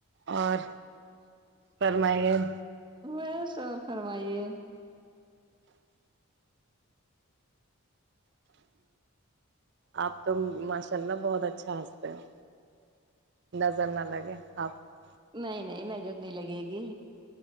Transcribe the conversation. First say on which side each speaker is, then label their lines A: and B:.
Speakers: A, on the right (about 50°); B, on the right (about 20°).
A: اور فرمائی گ
B: بس اور فرمائیے
A: آپ تو ماشاء اللہ بہت اچھا ہنستے ہو نظر نہ لگے آپ کو
B: نہیں نہیں م ج لگے گی